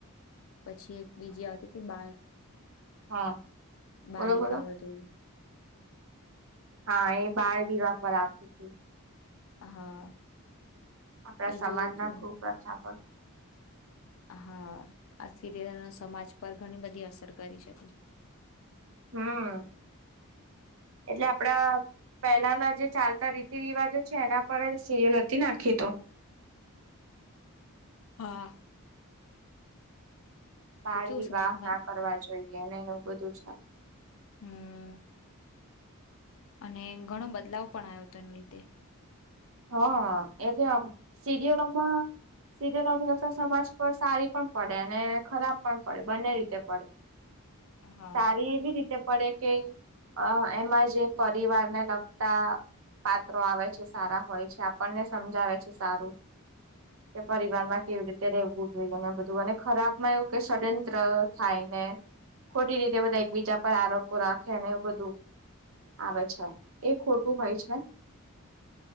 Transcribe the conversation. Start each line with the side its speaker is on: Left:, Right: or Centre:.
Left: પછી એક બીજી આવતી તી બા
Right: હા
Left: બાલિકાવધુ.
Right: બોલો બોલો હા એ બાળ વિવાહ પર આવતી તી.
Left: હા.
Right: આપણા
Left: એ
Right: સમાજના
Left: જોયું તું
Right: કુપ્રથા પર
Left: હા આ સિરિયલનો સમાજ પર ઘણી બધી અસર કરી છે.
Right: હમ્મ. એટલે આપડા પહેલાના જે ચાલતા રીતિ-રિવાજો છે એના પર જ સીરીયલ હતી ને આખી તો.
Left: હા.
Right: બાળ
Left: તો કેવું
Right: વિવાહ
Left: સમજમાં
Right: ના કરવા જોઈએ અને એવું બધું. <inaudible>
Left: હમ્મ. અને ઘણો બદલાવ પણ આયો તો એને લીધે.
Right: હા એ જે આપ સીરિયલોમાં સીરિયલોની અસર સમાજ પર સારી પણ પડે અને ખરાબ પણ પડે બંને રીતે પડે.
Left: હા
Right: સારી એવી રીતે પડે કે અ એમાં જે પરિવાર ને લગતા પાત્રો આવે છે સારા હોય છે આપણને સમજાવે છે સારું કે પરિવારમાં કેવી રીતે રેવું જોઈએ અને બધું અને ખરાબ માં એવું કે ષડયંત્ર થાયને ખોટી રીતે બધા એકબીજા પર આરોપો રાખેને એવું બધું આવે છે એ ખોટું હોય છે.